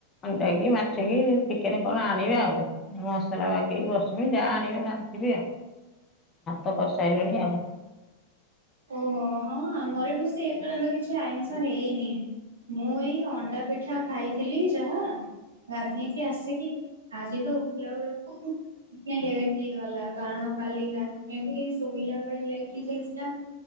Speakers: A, on the left (about 25°); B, on the right (about 70°).
A: ଅଣ୍ଡାକି ମାଛିକି ଚିକେନ କଣ ଆଣିବେ ଆଉ। ମସଲା ବାଗେଇକି ବସିମି ଯାହା ଆଣିବେ ରାନ୍ଧିବି ଆଉ। ଭାତ କରିସାଇଲିଣି ଆଉ।
B: ଓହୋ ହଁ ଆମର ମୁ ସେ ଏପର୍ଯ୍ୟନ୍ତ କିଛି ଆଇଁଷ ହେଇନି ମୁଁ ଏଇ ଅଣ୍ଡା ପିଠା ଖାଇଥିଲି ଯାହା ଗାଧେଇକି ଆସିକି ଆଜି ତ ଉଠିଲା ବେଳକୁ ଟିକେ ଲେଟ୍ ହେଇଗଲା କାରଣ କାଲି ରାତିରେ ଶୋଇଲା ବେଳେ ଲେଟ୍ ହେଇଯାଇଥିଲା।